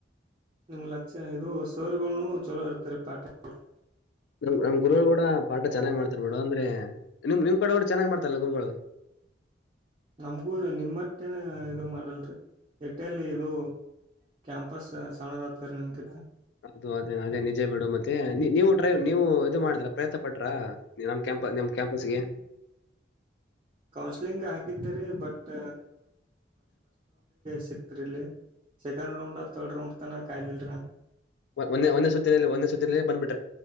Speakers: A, on the right (about 30°); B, on the left (about 65°).
A: ನಿಮ್ಮ ಲಚಾರ್ ಇದು ಸರ್ ಗಳು ಚಲೋ ಇರ್ತಾರೀ ಪಾಟೆ ಅವರು
B: ನಮ್ ನಮ್ ಗುರುಗಳು ಕೂಡ ಪಾಠ ಚೆನ್ನಾಗ್ ಮಾಡ್ತಾರ್ ಬಿಡು ಅಂದ್ರೆ ನಿಮ್ ನಿಮ್ ಕಡೆಯವ್ರು ಚೆನ್ನಾಗ್ ಮಾಡ್ತಾರಲ್ಲ ಗುರುಗಳು
A: ನಮ್ಗೂ ನಿಮ್ಮಟ್ಟೇನ ಇದು ಮಾಡಲ್ರಿ ಎಟ್ಟೇಲ್ಲಿ ಇದು ಕ್ಯಾಂಪಸ್ ಸಣ್ಣ ದಾಗತಾರ ನಿಮ ಕಿತ್ತ
B: ಅದು ಅದೇ ಅದೇ ನಿಜೇ ಬಿಡು ಮತ್ತೆ ನೀವು ಡ್ರೈವ್ ನೀವು ಇದು ಮಾಡಿದಿರ ಪ್ರಯತ್ನ ಪಟ್ರ ನಮ್ ಕ್ಯಾಂಪ ನಮ್ ಕ್ಯಾಂಪಸ್ಗೆ
A: ಕೌನ್ಸ್ಲಿಂಗ್ ಹಾಕಿದ್ದೀರಿ ಬಟ್ ಸಿಕ್ಕ್ರಲೆ ಸೆಕಂಡ್ ರೌಂಡ ತರ್ಡ್ ರೌಂಡ್ ತಾನ ಕಾಯಲಿಲರಾ
B: ಒನ್ನೆಂದೇ ಸುತ್ತಿನ ಒಂದೇ ಸುತ್ತಿನಲ್ಲೇ ಬಂಬಿಡ್ತ್